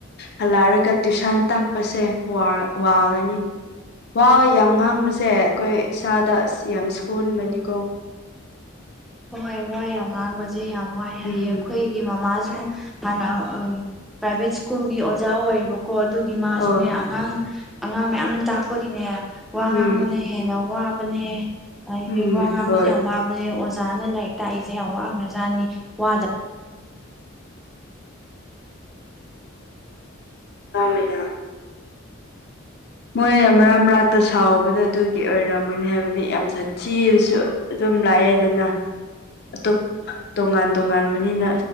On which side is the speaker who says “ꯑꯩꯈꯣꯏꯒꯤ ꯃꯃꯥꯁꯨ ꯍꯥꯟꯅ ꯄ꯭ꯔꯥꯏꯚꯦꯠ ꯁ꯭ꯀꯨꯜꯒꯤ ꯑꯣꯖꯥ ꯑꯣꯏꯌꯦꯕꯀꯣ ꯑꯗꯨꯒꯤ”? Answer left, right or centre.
Centre